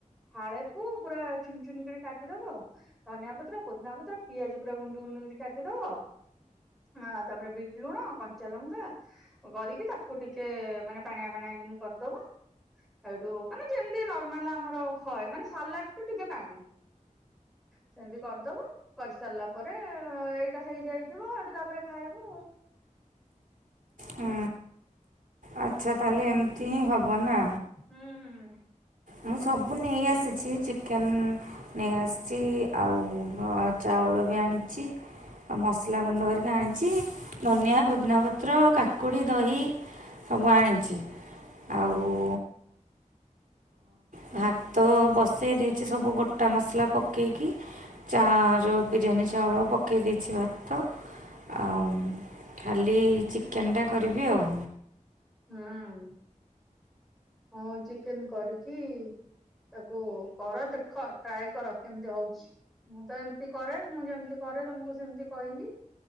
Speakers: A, in the centre; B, on the right.
A: ଫାଳକୁ ପୁରା ଚୁନ ଚୁନ କରି କାଟିଦବ। ଧନିଆ ପତ୍ର ପଦନା ପତ୍ର ପିଆଜ ପୁରା ଗୁଣ୍ଡୁ ଗୁଣ୍ଡୁ କାଟିଦବ। ଆ ତାପରେ ବିଟ୍ ଲୁଣ କଞ୍ଚା ଲଙ୍କା। କରିକି ତାକୁ ଟିକେ ମାନେ ପାଣିଆ ପାଣି କି କରିଦବା। ଏଇଠୁ ମାନେ ଯେମତି ନର୍ମାଲ ଆମର ହଏ ମାନେ ସାଲାଡଠୁ ଟିକେ ପାଣି। ସେମିତି କରିଦବ କରିସାରିଲା ପରେ ଏଇଟା ହେଇଯାଇଥିବ ଆଇଠୁ ତାପରେ ଖାଇବୁ।
B: ହ ଆଚ୍ଛା ତାହେଲେ ଏମିତି ହିଁ ହେବ ନା।
A: ହୁଁ ହୁଁ
B: ମୁଁ ସବୁ ନେଇ ଆସିଛି ଚିକେନ ନେଇ ଆସିଛି ଆଉ ଚାଉଳ ବି ଆଣିଛି। ଆଉ ମସଲା ଗୁଣ୍ଡ କରିକି ଆଣିଛି ଧନିଆ ପୋଦିନା ପତ୍ର କାକୁଡ଼ି ଦହି। ସବୁ ଆଣିଛି ଆଉ ଭାତ ବସେଇ ଦେଇଛି ସବୁ ଗୋଟା ମସଲା ପକେଇକି। ଚା ରଉ ବିରିୟାନୀ ଚାଉଳ ପକାଇ ଦେଇଛି ଭାତ। ଆଉ ଖାଲି ଚିକେନ ଟା କରିବି ଆଉ।
A: ହୁଁ ହଁ ଚିକେନ୍ କରିଚି। ତାକୁ କର ଦେଖ ଟ୍ରାଏ କର କେମିତି ହଉଚି। ମୁଁ ତ ଏମିତି କରେ। ମୁଁ ଯେମିତି କରେ ତମକୁ ସେମତି କହିଲି।